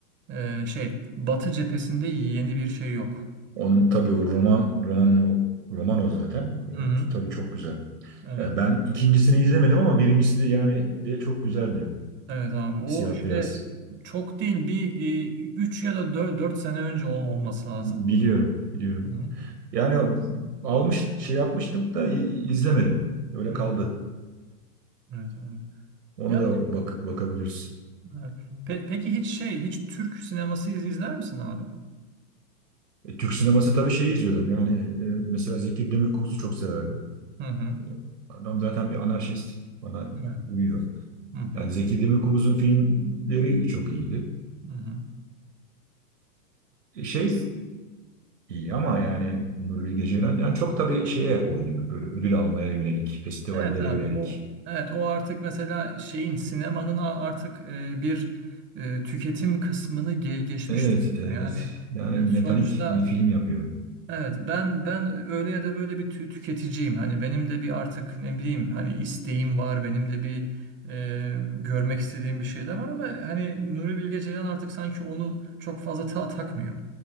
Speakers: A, on the right; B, on the right.
A: E, şey Batı cephesinde yeni bir şey yok.
B: Onun tabii o roman roman o- roman o zaten. E,
A: Hı-hı.
B: Tabii çok güzel.
A: Evet.
B: Ya ben ikincisini izlemedim ama birincisi de yani de çok güzeldi.
A: Evet abi. O
B: Siyah
A: işte
B: beyaz.
A: çok değil bir e, 3 ya da 4 sene önce ol- olması lazım.
B: Biliyorum, biliyorum.
A: Hı-hı.
B: Yani almış şey yapmıştım da i- izlemedim. Öyle
A: Hı-hı.
B: kaldı.
A: Evet abi.
B: Onu
A: Yani
B: da bak bakabiliriz.
A: evet. Pe- peki hiç şey hiç Türk sineması iz- izler misin abi?
B: E, Türk sineması tabii şey izliyordum. Yani e, mesela Zeki Demirkubuz'u çok severdim.
A: Hı hı.
B: E, Adam zaten bir anarşist. Bana
A: Evet.
B: uyuyor.
A: Hı hı,
B: Yani Zeki Demirkubuz'un filmleri çok iyiydi.
A: hı hı.
B: E, şey İyi ama yani Nuri Bilge Ceylan yani çok tabii şeye oynuyor. Böyle ödül almaya yönelik, festivallere
A: Evet abi
B: yönelik.
A: o evet o artık mesela şeyin sinemanın a- artık e, bir e, tüketim kısmını ge- geçmiş
B: Evet,
A: durumda.
B: evet.
A: Yani
B: Yani
A: e,
B: mekanik
A: sonuçta
B: bir film yapıyor.
A: evet ben ben öyle ya da böyle bir tü- tüketiciyim. Hani benim de bir artık ne bileyim hani isteğim var. Benim de bir e, görmek istediğim bir şeyler var ama hani Nuri Bilge Ceylan artık sanki onu çok fazla ta takmıyor.